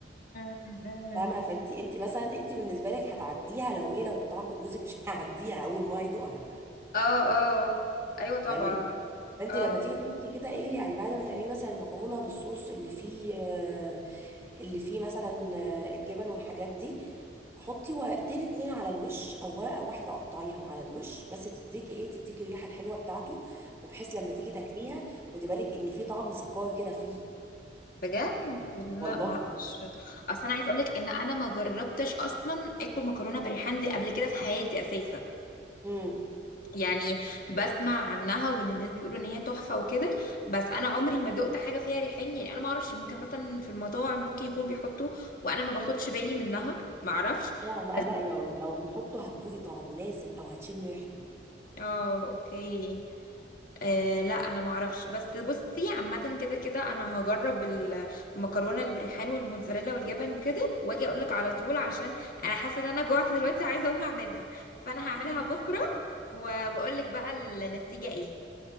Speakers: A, on the left (about 55°); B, on the right (about 15°).
A: <laughs>
B: فاهمه فانت انت مثلا انت بالنسبه لك هتعديها لو ايه لو الطعم جوزك مش <laughs> هيعديها اول ما يدوقها
A: اه اه ايوه طبعا
B: فاهماني فانت
A: اه
B: لما تيجي تحطي كده ايه يعني بعد ما تعملي مثلا المكرونه بالصوص اللي فيه آه، اللي فيه مثلا آه، الجبن والحاجات دي حطي ورقتين اتنين على الوش او ورقه واحده قطعيها وعلى الوش بس تديكي ايه تديكي الريحه الحلوه بتاعته وبحيث لما تيجي تاكليها خدي بالك ان في طعم سكر كده فيه
A: بجد لا
B: والله
A: ما اعرفش اصل انا عايزه اقولك ان انا ما جربتش اصلا اكل مكرونه بالريحان دي قبل كده في حياتي اساسا
B: امم
A: يعني بسمع عنها وان الناس بيقولوا ان هي تحفه وكده بس انا عمري ما دقت حاجه فيها ريحان يعني انا ما اعرفش ممكن مثلا في المطاعم ممكن يكونوا بيحطوا وانا ما باخدش بالي منها ما اعرفش
B: لا لا
A: بس
B: لا يا رنا لو بيحطوا هتدوقي طعمه لازم او هتشمي ريحته
A: اه اوكي آه لا انا ما اعرفش بس بصي عامه كده كده انا هجرب المكرونه اللي بريحان والموتزاريلا والجبن وكده واجي اقول لك على طول عشان انا حاسه ان انا جوعت دلوقتي عايزه اقوم اعملها فانا هعملها <laughs> بكره و- واقول لك بقى النتيجه ايه